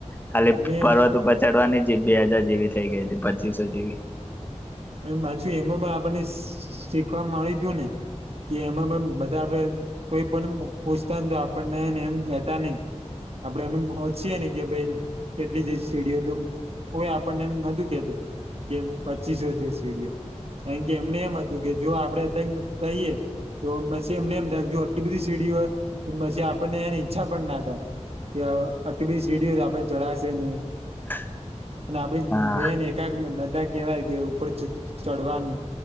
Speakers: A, on the left; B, on the right.
A: ખાલી
B: અને
A: પર્વતો ઉપર ચડવાની બે હજાર જેવી થઈ ગઈ હતી પચીસો જેવી
B: અને પાછું એમાં પણ આપણને શીખવા મળી તું ને કે એમાં પણ બધા આપડે કોઈ પણ પૂછતાને તો આપણને એમ કેતા નહી. આપડે અમે હોછીએ ને કે ભાઈ કેટલી જઈ સેડીઓ તો કોય આપણને એમ નતું કેતું કેમ પચીસો છે સીડીઓ કારણ કે એમને એમ હતું કે જો આપડે ત કહીએ તો પછી એમને એમ જો આટલી બધી સીડી હોય તો પી આપણને એની ઈચ્છા પણ ના થાય. યા આટલી બધી સીડીઓ છે આપડે ચઢાશે નય.
A: <inaudible>
B: અને આપડી
A: હા
B: બેન એકા નતા કેવાય કે ઉપર ચડવાની